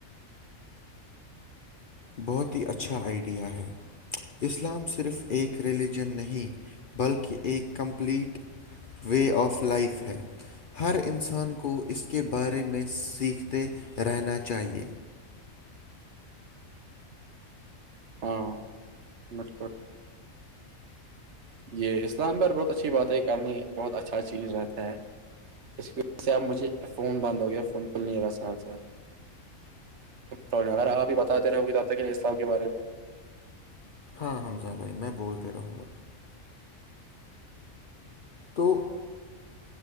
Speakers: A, on the left (about 50°); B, on the right (about 60°).
A: بہت ہی اچھا آئیڈیا ہے اسلام صرف ایک ریلیجن نہیں بلکہ ایک کمپلیٹ وے آف لائف ہے ہر انسان کو اس کے بارے میں سیکھتے رہنا چاہیے
B: ہاں مس یہ اسلام آباد بہت اچھی بات ہے کرنی بہت اچھا چیز رہتا ہے اس کی وجہ سے اب مجھے فون بند ہو گیا فون کھل نہیں رہا سر ساتھ اگر آپ باتے رہے کہ کے بارے میں
A: ہاں حمزہ بھائی میں بولتے رہوں گا تو